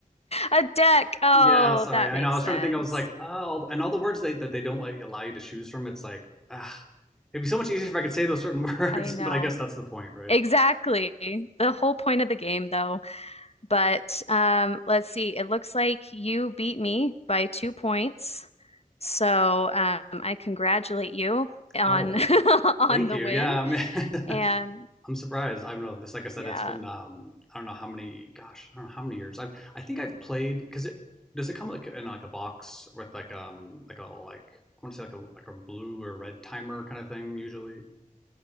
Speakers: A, on the left; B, in the centre.
A: A deck. Oh,
B: Yeah, sorry.
A: that
B: I
A: makes
B: know. I was
A: sense.
B: trying to think. I was like, oh, and all the words they, that they don't like allow you to choose from. It's like, ah, it'd be so much easier if I could say those certain <laughs> words,
A: I know.
B: but I guess that's the point, right?
A: Exactly. The whole point of the game, though. But um, let's see. It looks like you beat me by two points. So um, I congratulate you on
B: Oh,
A: <laughs> on
B: thank
A: the
B: you.
A: win.
B: Yeah, I'm,
A: And
B: <laughs> I'm surprised. I don't know. This, like I said,
A: yeah.
B: it's been um, I don't know how many. Gosh, I don't know how many years. I I think I've played because it does it come like in like a box with like um like a like I want to say like a like a blue or red timer kind of thing usually.